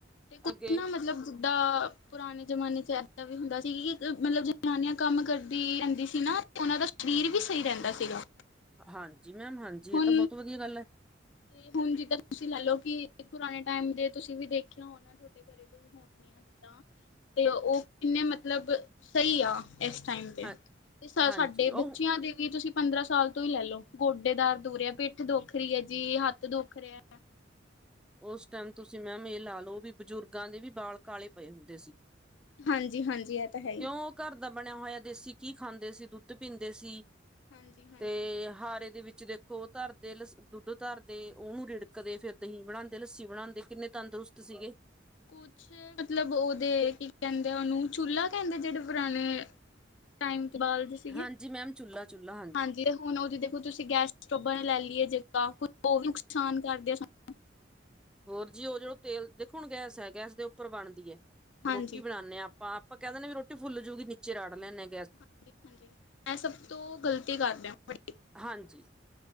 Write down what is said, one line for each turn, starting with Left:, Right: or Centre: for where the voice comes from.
Left: ਤੇ ਕੁਛ
Centre: ਅੱਗੇ
Left: ਨਾ ਮਤਲਬ ਜਿੱਦਾਂ ਪੁਰਾਣੇ ਜ਼ਮਾਨੇ 'ਚ ਇਦਾਂ ਵੀ ਹੁੰਦਾ ਸੀ ਕਿ ਮਤਲਬ ਜਨਾਨੀਆਂ ਕੰਮ ਕਰਦੀ ਰਹਿੰਦੀ ਸੀ ਨਾ ਉਹਨਾਂ ਦਾ ਸਰੀਰ ਵੀ ਸਹੀ ਰਹਿੰਦਾ ਸੀਗਾ
Centre: ਹਾਂਜੀ ਮੈਮ ਹਾਂਜੀ
Left: ਹੁਣ
Centre: ਇਹ ਤਾਂ ਬਹੁਤ ਵਧੀਆ ਗੱਲ ਹੈ
Left: ਤੇ ਹੁਣ ਜਿੱਦਾਂ ਤੁਸੀਂ ਲੈਲੋ ਕਿ ਪੁਰਾਣੇ ਟਾਈਮ ਦੇ ਤੁਸੀਂ ਵੀ ਦੇਖਿਆ ਹੋਣਾ ਤੁਹਾਡੇ ਘਰੇ ਕੋਈ ਹੋਣ ਨ ਆ ਜਿੱਦਾਂ ਤੇ ਉਹ ਕਿੰਨੇ ਮਤਲਬ ਸਹੀ ਆ ਇਸ ਟਾਈਮ ਤੇ।
Centre: ਹਾਂ
Left: ਤੇ ਸਾ-ਸਾਡੇ
Centre: ਹਾਂਜੀ ਉਹ
Left: ਬੱਚਿਆਂ ਦੇ ਵੀ ਤੁਸੀਂ ਪੰਦਰਾਂ ਸਾਲ ਤੋਂ ਈ ਲੈ ਲੋ, ਗੋਡੇ ਦਰਦ ਹੋ ਰੇ ਆ, ਪਿੱਠ ਦੁਖ ਰੀ ਐ ਕਿ ਹੱਥ ਦੁੱਖ ਰਿਐ।
Centre: ਉਸ ਟਾਈਮ ਤੁਸੀਂ ਮੈਮ ਇਹ ਲਾ ਲੋ ਵੀ ਬਜ਼ੁਰਗਾਂ ਦੇ ਵੀ ਬਾਲ ਕਾਲੇ ਪਏ ਹੁੰਦੇ ਸੀ।
Left: ਹਾਂਜੀ ਹਾਂਜੀ ਇਹ ਤਾ ਹੈ
Centre: ਕਿਉਂ
Left: ਈ।
Centre: ਘਰ ਦਾ ਬਣਿਆ ਹੋਇਆ ਦੇਸੀ ਘੀ ਖਾਂਦੇ ਸੀ, ਦੁੱਧ ਪੀਂਦੇ ਸੀ।
Left: ਹਾਂਜੀ ਹਾਂਜੀ
Centre: ਤੇ ਹਾਰੇ ਦੇ ਵਿੱਚੋ ਦੇਖ ਖੋਹ ਧਰਦੇ, ਲਸ ਦੁੱਧ ਧਰਦੇ, ਉਹਨੂੰ ਰਿੜਕਦੇ ਫੇਰ ਦਹੀਂ ਬਣਾਂਦੇ। ਲੱਸੀ ਬਣਾਂਦੇ, ਕਿੰਨੇ ਤੰਦਰੁਸਤ ਸੀਗੇ।
Left: ਕੁਛ ਮਤਲਬ ਓਹਦੇ, ਕੀ ਕਹਿੰਦੇ ਉਹਨੂੰ, ਚੁਲ੍ਹਾ ਕੈਂਦੇ ਜੇੜੇ ਪੁਰਾਣੇ ਟਾਈਮ ਬਾਲਦੇ ਸੀਗੇ।
Centre: ਹਾਂਜੀ ਮੈਮ ਚੁੱਲਾ ਚੁੱਲਾ
Left: ਹਾਂਜੀ, ਤੇ ਹੁਣ ਉਹਦੀ ਦੇਖੋ ਤੁਸੀਂ ਗੈਸ ਸਟੋਬਾਂ ਨੇ ਲੈ ਲੀ ਏ ਜਗ ਤਾਂ ਕੁ ਉਹ ਵੀ ਨੁਕਸਾਨ ਕਰਦੇ ਆ ਸਾ <inaudible>
Centre: ਹੋਰ ਜੀ ਉਹ ਜੋ ਤੇਲ, ਦੇਖੋ ਹੁਣ ਗੈਸ ਹੈਗਾ ਐ, ਗੈਸ ਦੇ ਉੱਪਰ ਬਣਦੀ ਐ।
Left: ਹਾਂਜੀ
Centre: ਰੋਟੀ ਬਣਾਨੇ ਆਪਾਂ, ਆਪਾਂ ਕਹਿ ਦਿੰਦੇ ਵੀ ਰੋਟੀ ਫੁੱਲ ਜੂਗੀ ਨ ਚ ਰਾੜ ਲੈਨੇ
Left: ਹਾਂਜੀ ਹਾਂਜੀ। ਮੈਂ ਸਭ ਤੋਂ ਗ਼ਲਤੀ ਕਰਦੇ ਆਂ ਵੱਡੀ।
Centre: ਹਾਂਜੀ